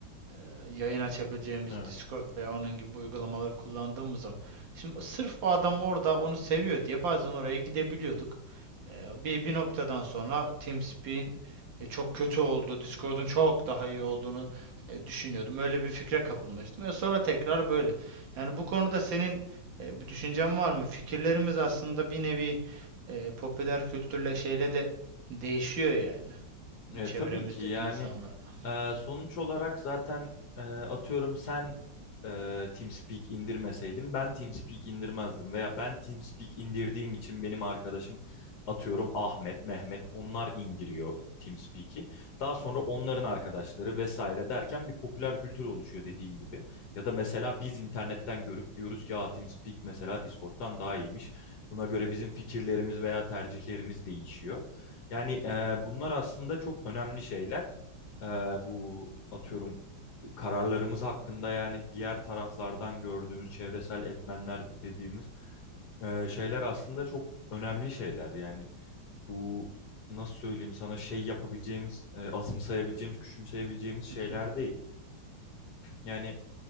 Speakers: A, on the right; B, on the left.
A: e, yayın açabileceğimiz
B: Evet.
A: Discord veya onun gibi uygulamaları kullandığımız zaman. Şimdi o- sırf o adam orada onu seviyor diye bazen oraya gidebiliyorduk. Eee, bir, bir noktadan sonra TeamSpeak'in e, çok kötü olduğu, Discord'un çok daha iyi olduğunu e, düşünüyordum. Öyle bir fikre kapılmıştım. E, sonra tekrar böyle. Yani bu konuda senin e, bir düşüncen var mı? Fikirlerimiz aslında bir nevi e, popüler kültürle şeyle de değişiyor yani
B: E,
A: çevremizdeki
B: tabii ki yani
A: insanlarla.
B: e, sonuç olarak zaten e, atıyorum sen e, TeamSpeak indirmeseydin ben TeamSpeak indirmezdim veya ben TeamSpeak indirdiğim için benim arkadaşım atıyorum Ahmet, Mehmet onlar indiriyor TeamSpeak'i. Daha sonra onların arkadaşları vesaire derken bir popüler kültür oluşuyor dediğin gibi. Ya da mesela biz internetten görüp diyoruz ki ya TeamSpeak mesela Discord'dan daha iyiymiş. Buna göre bizim fikirlerimiz veya tercihlerimiz değişiyor. Yani e, bunlar aslında çok önemli şeyler. E, bu atıyorum kararlarımız hakkında yani diğer taraflardan gördüğümüz çevresel etmenler dediğimiz e, şeyler aslında çok önemli şeyler. Yani bu nasıl söyleyeyim sana şey yapabileceğimiz, e, azımsayabileceğimiz, küçümseyebileceğimiz şeyler
A: Hı hı,
B: değil. Yani